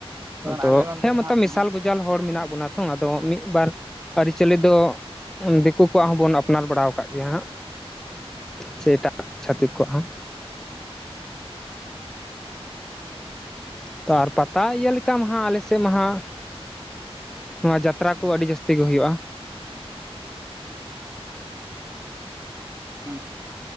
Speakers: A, on the right; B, in the centre.
A: ᱡᱮᱢᱚᱱ
B: ᱟᱫᱚ
A: ᱟᱞᱮ ᱱᱚᱱᱛᱮ
B: ᱦᱮᱸ
A: ᱫᱚ
B: ᱢᱚᱛᱚ
A: ᱦᱟᱸᱜ
B: ᱢᱮᱥᱟᱞ
A: ᱚᱱᱟ ᱠᱚ
B: ᱜᱚᱡᱟᱞ ᱦᱚᱲ ᱢᱮᱱᱟᱜ ᱵᱚᱱᱟ ᱛᱷᱚ ᱟᱫᱚ ᱢᱤᱫ ᱵᱟᱨ ᱟᱹᱨᱤᱪᱟᱹᱞᱤ ᱫᱚ ᱫᱤᱠᱩ ᱠᱚᱣᱟᱜ ᱦᱚᱸᱵᱚᱱ ᱟᱯᱱᱟᱨ ᱵᱟᱲᱟᱣ ᱠᱟᱜ ᱜᱮᱭᱟ ᱦᱟᱸᱜ, ᱥᱮ ᱮᱴᱟᱜ ᱪᱷᱟᱹᱛᱤᱠ ᱠᱚᱣᱟᱜ ᱦᱚᱸ ᱛᱚ ᱟᱨ ᱯᱟᱛᱟ ᱤᱭᱟᱹ ᱞᱮᱠᱟ ᱢᱟᱦᱟᱜ ᱟᱞᱮ ᱥᱮ ᱢᱟᱦᱟ ᱱᱚᱣᱟ ᱡᱟᱛᱨᱟ ᱠᱚ ᱟᱹᱰᱤ ᱡᱟᱹᱥᱛᱤ ᱜᱮ ᱦᱩᱭᱩᱜᱼᱟ᱾
A: ᱦᱩᱸ